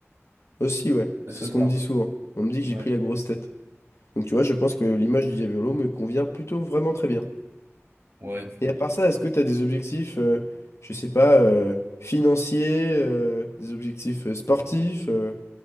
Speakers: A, on the left (about 70°); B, on the right (about 60°).
A: Aussi, ouais,
B: À
A: c'est
B: toi de
A: ce
B: voir.
A: qu'on me dit souvent. On me dit que
B: Ouais.
A: j'ai pris la grosse tête. Donc tu vois, je pense que l'image du diabolo me convient plutôt vraiment très bien.
B: Ouais.
A: Et à part ça, est-ce que t'as des objectifs, euh, je sais pas, euh, financiers, euh, des objectifs euh, sportifs euh,